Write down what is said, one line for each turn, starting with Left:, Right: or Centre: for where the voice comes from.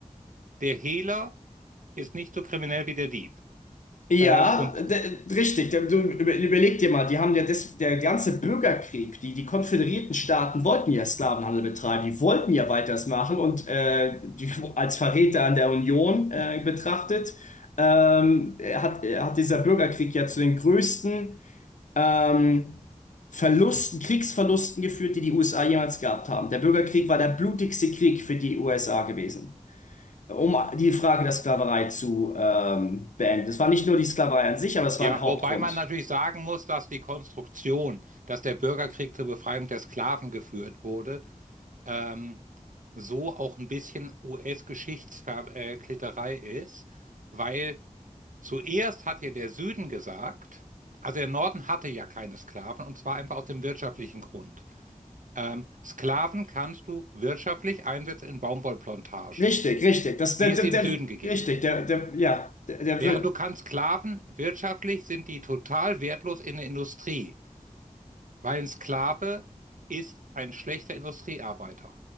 Right: der Hehler ist nicht so kriminell wie der Dieb.
Left: Ja,
Right: Ähm, und
Left: d- richtig. Du über- überleg dir mal, die haben ja das, der ganze Bürgerkrieg, die, die konföderierten Staaten wollten ja Sklavenhandel betreiben, die wollten ja weiters machen und äh, die, <laughs> als Verräter an der Union äh, betrachtet, ähm, hat, hat dieser Bürgerkrieg ja zu den größten ähm, Verlusten, Kriegsverlusten geführt, die die USA jemals gehabt haben. Der Bürgerkrieg war der blutigste Krieg für die USA gewesen. um die Frage der Sklaverei zu ähm, beenden. Es war nicht nur die Sklaverei an sich, aber es war
Right: ja,
Left: ein Hauptgrund.
Right: wobei man natürlich sagen muss, dass die Konstruktion, dass der Bürgerkrieg zur Befreiung der Sklaven geführt wurde, ähm, so auch ein bisschen US-Geschichtsklitterei ist, weil Zuerst hat ja der Süden gesagt, also der Norden hatte ja keine Sklaven und zwar einfach aus dem wirtschaftlichen Grund. Ähm, Sklaven kannst du wirtschaftlich einsetzen in Baumwollplantagen,
Left: Richtig, richtig. Das, der,
Right: wie
Left: der,
Right: es im
Left: der,
Right: Süden gegeben
Left: richtig,
Right: hat.
Left: der, der, ja, der, der,
Right: Während du kannst Sklaven, wirtschaftlich sind die total wertlos in der Industrie, weil ein Sklave ist ein schlechter Industriearbeiter.